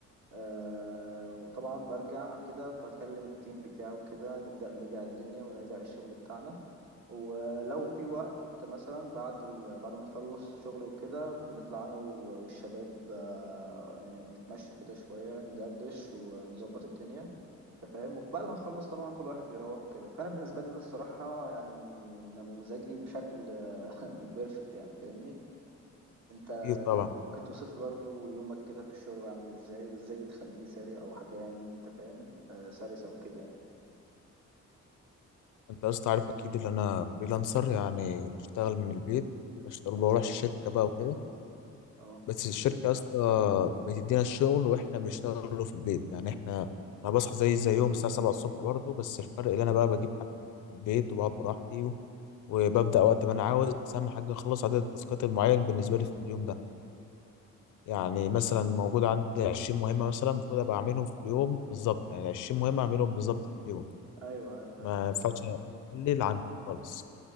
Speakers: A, on the right; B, on the left.
A: آه، وطبعا برجع كده بكلم التيم بتاعه كده نبدأ نراجع الدنيا ونراجع الشغل بتاعنا ولو في وقت مثلا بعد ال... بعد ما نخلص شغل وكده بنطلع انا و- والشباب آه، نتمشى كده شوية ندردش ونظبط الدنيا انت فاهم وبعد ما نخلص طبعا كل واحد بيروح وكده فانا بالنسبه لي ده الصراحه يعني نموذجي بشكل <laughs> بيرفكت يعني فاهمني انت
B: اكيد طبعا
A: ممكن توصف لي برضو يومك كده في الشغل عامل ازاي وازاي بتخليه مثالي او حاجه يعني انت فاهم آه سلسه وكده يعني
B: انت يا اسطى عارف اكيد ان انا فريلانسر يعني بشتغل من البيت بشتغل
A: اه
B: ما بروحش الشركه بقى وكده
A: اه
B: بس الشركه يا اسطى بتدينا الشغل واحنا بنشتغله في البيت يعني احنا انا بصحى زي زي يوم الساعه 7 الصبح برضه بس الفرق اللي انا بقى بجيب حاجتي في البيت وبقعد براحتي وببدأ
A: مم.
B: وقت ما أنا عاوز بس أهم حاجة أخلص عدد التاسكات المعين بالنسبة لي في اليوم ده يعني مثلا موجود عندي 20 مهمة مثلا المفروض أبقى أعملهم في اليوم بالظبط يعني 20 مهمة أعملهم بالظبط في اليوم
A: ايوه ايوه
B: ما
A: ايوه
B: ينفعش أقلل عنهم خالص